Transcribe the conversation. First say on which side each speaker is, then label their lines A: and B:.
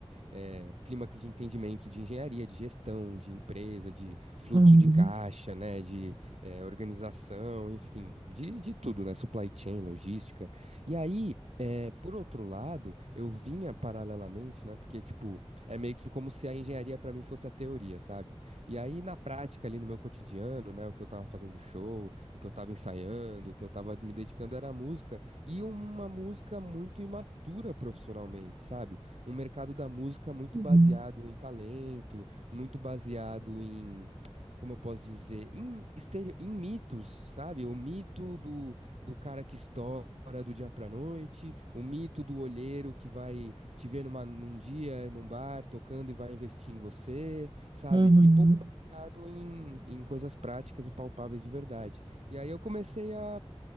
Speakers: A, on the right (about 80°); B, on the right (about 45°).
A: eh, clímax de entendimento de engenharia, de gestão, de empresa, de fluxo
B: Uhum.
A: de caixa, né, de eh, organização, enfim, de, de tudo, né? Supply chain, logística. E aí. É, por outro lado, eu vinha paralelamente, né? Porque, tipo, é meio que como se a engenharia pra mim fosse a teoria, sabe? E aí, na prática, ali no meu cotidiano, né? O que eu tava fazendo show, o que eu tava ensaiando, o que eu tava me dedicando era a música. E uma música muito imatura profissionalmente, sabe? Um mercado da música muito
B: Uhum.
A: baseado em talento, muito baseado em. Como eu posso dizer? Em, estere- em mitos, sabe? O mito do do cara que estoura do dia pra noite, o mito do olheiro que vai te ver numa, num dia, num bar, tocando e vai investir em você, sabe?
B: Uhum.
A: E pouco baseado em, em coisas práticas e palpáveis de verdade. E aí eu comecei a